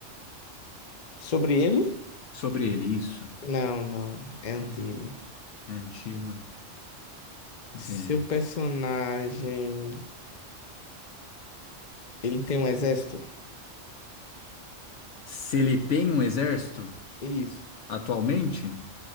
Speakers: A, on the left; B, on the left.
A: Sobre ele?
B: sobre ele, isso?
A: Não, não. É antigo.
B: Não. É antigo. Bem.
A: Seu personagem. Ele tem um exército?
B: Se ele tem um exército
A: Isso.
B: atualmente?